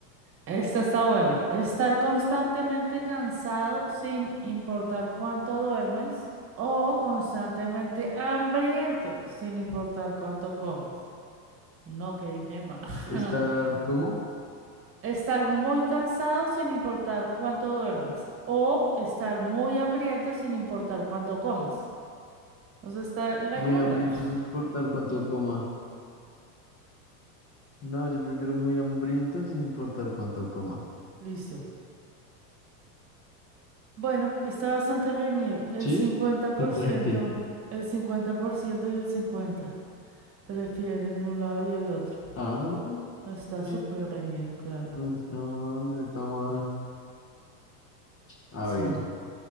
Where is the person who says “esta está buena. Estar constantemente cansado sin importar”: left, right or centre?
Right